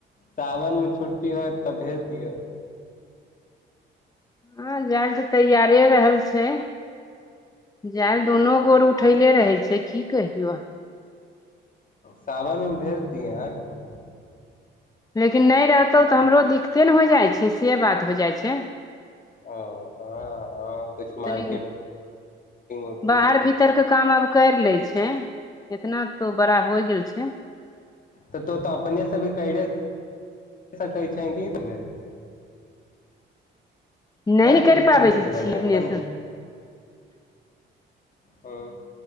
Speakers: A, on the left; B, on the left.
A: सावन मे छुट्टी होय तब भेज दियौ
B: हँ जायल तऽ तैयारे रहल छै जाल दुनू गोर उठैले रहै छै की कहियो
A: सावनमे भेज दियए आरकी
B: लेकिन नहि रहतौ तऽ हमरो दिक्कते ने हो जाइ छै से बात हो जाइ छै
A: ओ हँ हँ कुछ
B: तनी
A: मार्केटिंग उर्केटिंग
B: बाहर भी तर के काम आब करि ले छै इतना तो बड़ा हो गेल छै
A: तऽ तो तऽ अपनेसँ भी केैरे सकइ छै ही न
B: नहि
A: सेल्फ
B: ने करि
A: डिपेंडेंट
B: पाबै छी
A: बनी
B: छी
A: अपन
B: अपनेसँ
A: ओ